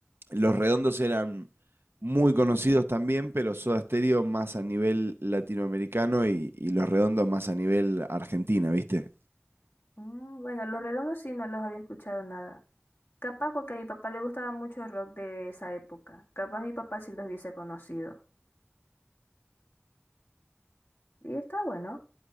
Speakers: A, on the right; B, on the left.
A: Los Redondos eran muy conocidos también, pero Soda Stereo más a nivel latinoamericano y, y Los Redondos más a nivel argentina, viste.
B: Mm, bueno, Los Redondos sí no los había escuchado nada. Capaz porque a mi papá le gustaba mucho el rock de esa época. Capaz mi papá sí los hubiese conocido. Y está bueno.